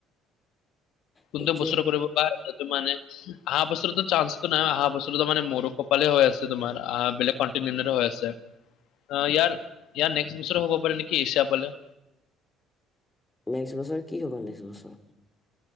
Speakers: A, on the left (about 70°); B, on the left (about 15°).
A: কোনটো
B: সেইটোৱে
A: বছৰ কৰিব বা সেইটো মানে আহা বছৰটো চান্স নাই অহা বছৰটো অলপ মানে মোৰো কপালে হৈ আছে তোমাৰ, আহ বেলেগ কণ্টিনেণ্ট হৈ আছে। অ' ইয়াৰ, ইয়াৰ নেক্সট বছৰো হ'ব পাৰে নেকি এছিয়া ফালে।
B: নেক্সট বছৰ কি হ'ব? নেক্সট বছৰ?